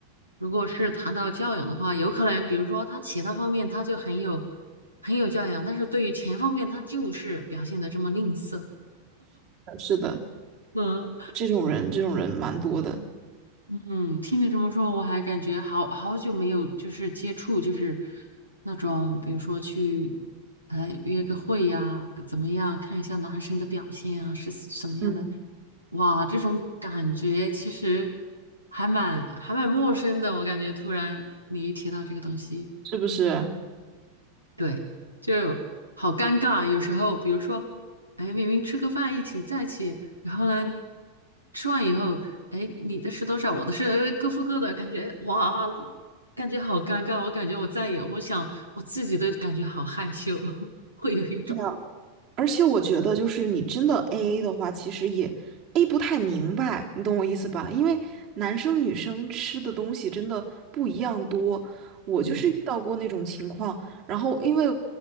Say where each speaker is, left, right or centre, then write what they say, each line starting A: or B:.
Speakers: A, on the right; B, on the right.
A: 如果是谈到教养的话，有可能，比如说他其他方面他就很有很有教养，但是对于钱方面他就是表现的这么吝啬。
B: 是的，
A: 嗯
B: 这种人，这种人蛮多的，
A: 嗯，听你这么说，我还感觉好好久没有就是接触，就是那种比如说去，哎约个会呀，怎么样，看一下男生的表现啊，是什么样的？
B: 嗯，
A: 哇，这种感觉其实还蛮还蛮陌生的，我感觉突然你一提到这个东西。
B: 是不是？
A: 对，就好尴尬啊。有时候，比如说，哎，明明吃个饭一起在一起，然后呢，吃完以后，哎，你的是多少，我的是各付各的，感觉哇，感觉好尴尬。我感觉我再也，我想我自己都感觉好害羞，<laughs> 会有一种，
B: 是啊，而且我觉得，就是你真的 AA 的话，其实也 A 不太明白，你懂我意思吧？因为男生女生吃的东西真的不一样多。我就是遇到过那种情况，
A: 嗯
B: 然后因为